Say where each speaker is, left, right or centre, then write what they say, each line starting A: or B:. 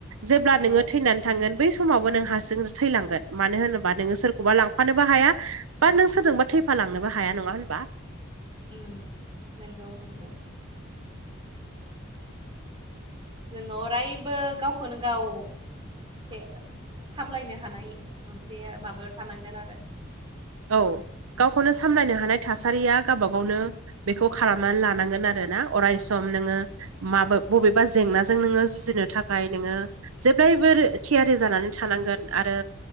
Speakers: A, on the right; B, on the right.
A: जेब्ला
B: औ
A: नोङो थैनानै थांगोन बै समावबो नों हारसिं थैलांगोन मानो होनोबा नोङो सोरखौबा लांफानोबो हाया बा नों सोरजोंबा थैफा लांनोबो हाया नङा होनबा
B: उम नंगौ नंगौ जोङो अरायबो गावखौनो गाव सेस सामलायनो हानाय मोनसे माबायाव थानांगोन आरो
A: औ गावखौनो सामलायनो
B: औ
A: हानाय थासारिया गावबा गावनो बेखौ खालामनानै लानांगोन आरोना अराय सम नोङो माबा बबेबा जेंनाजों नोङो जुजिनो थाखाय नोङो जेब्लायबो थियारि जानानै थानांगोन आरो